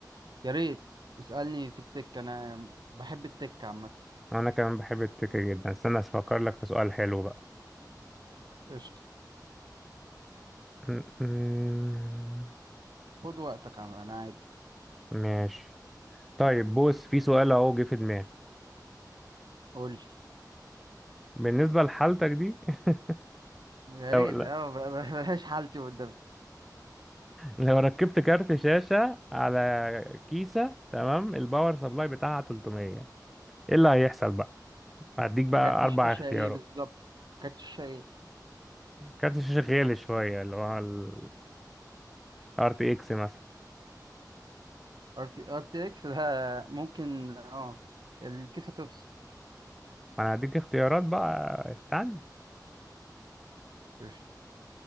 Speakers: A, on the right; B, in the centre.
A: يا ريت اسألني في التك انا بحب التك عامة
B: أنا كمان بحب التك جدا استنى أفكر لك في سؤال حلو بقى
A: قشطة
B: <laughs>
A: خد وقتك عم- انا عادي
B: ماشي طيب بص في سؤال أهو جه في دماغي
A: قول لي
B: بالنسبة لحالتك دي <laughs>
A: يا
B: لو
A: ريت
B: لا
A: اه ب- ب- بلاش حالتي قدام
B: لو ركبت كارت شاشة على كيسة تمام الباور سبلاي بتاعها 300 ايه اللي هيحصل بقى هديك بقى
A: كارت الشاشة
B: اربع اختيارات
A: ايه بالظبط كارت الشاشة ايه
B: كارت الشاشة غالي شوية اللي هو ال RTX مثلا
A: ار تي ار تي اكس ده <laughs> ممكن اه الكيسة تفصل
B: ما انا هديك اختيارات بقى استنى
A: قشطة